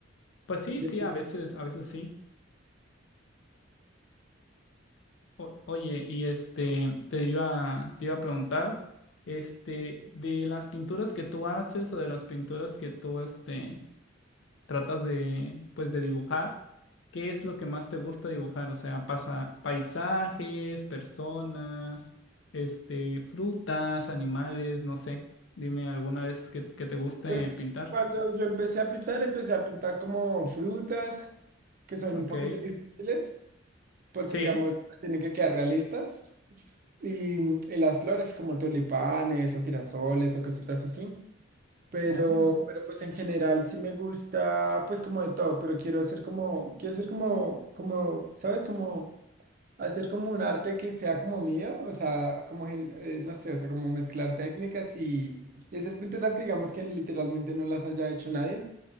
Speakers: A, on the left; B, on the right.
A: Pues sí,
B: Y
A: sí, a veces, a veces sí. O- oye, y este, te iba, te iba a preguntar, este, de las pinturas que tú haces o de las pinturas que tú, este, tratas de, pues, de dibujar, ¿qué es lo que más te gusta dibujar? O sea, pasa paisajes, personas, este, frutas, animales, no sé. Dime alguna vez que, que te guste
B: pues
A: pintar.
B: cuando yo empecé a pintar, empecé a pintar como frutas que son
A: Ok,
B: un poquito difíciles, porque
A: sí.
B: digamos, pues, tienen que quedar realistas. Y, mm, y las flores como tulipanes o girasoles o cositas así. Pero,
A: Oh,
B: pero pues en general sí me gusta pues como de todo, pero quiero hacer como, quiero hacer como, como, ¿sabes? Como hacer como un arte que sea como mío, o sea, como, gen- eh, no sé, o sea, como mezclar técnicas y, y hacer pinturas que digamos que literalmente no las haya hecho nadie.